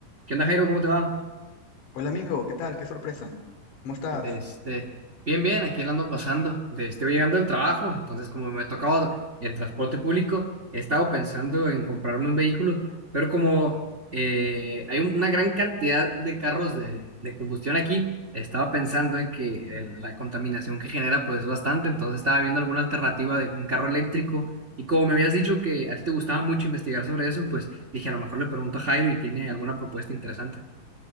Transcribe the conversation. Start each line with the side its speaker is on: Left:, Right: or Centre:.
Right: ¿Qué onda, Jairo? ¿Cómo te va?
Left: Hola amigo, ¿qué tal? Qué sorpresa. ¿Cómo estás?
Right: De este, bien, bien, aquí la ando pasando. De- estoy llegando al trabajo, entonces como me ha tocado el transporte público, he estado pensando en comprarme un vehículo, pero como eh, hay una gran cantidad de carros de, de combustión aquí, estaba pensando en que el- la contaminación que genera pues es bastante, entonces estaba viendo alguna alternativa de un carro eléctrico y como me habías dicho que a ti te gustaba mucho investigar sobre eso, pues dije a lo mejor le pregunto a Jairo y tiene alguna propuesta interesante.